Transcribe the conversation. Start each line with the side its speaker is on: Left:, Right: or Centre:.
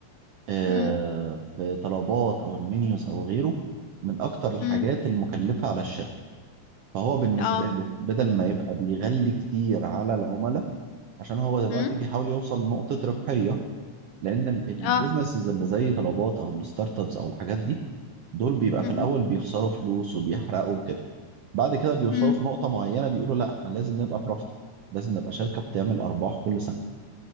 Right: آه،
Left: مم.
Right: في طلبات او المنيوز او غيره من اكتر الحاجات
Left: مم.
Right: المكلفه على الشركه فهو بالنسبه
Left: اه
Right: له بدل ما يبقى بيغلي كتير على العملاء عشان هو دلوقتي
Left: مم.
Right: بيحاول يوصل لنقطه ربحيه لان البيزنسز
Left: اه
Right: اللي زي طلبات او الستارت ابس او الحاجات دي دول بيبقى
Left: مهم.
Right: في الاول بيخسروا فلوس وبيحرقوا وكده بعد كده بيوصلوا
Left: مم.
Right: في نقطه معينه بيقولوا لا احنا لازم نبقى بروفيت لازم نبقى شركه بتعمل ارباح كل سنه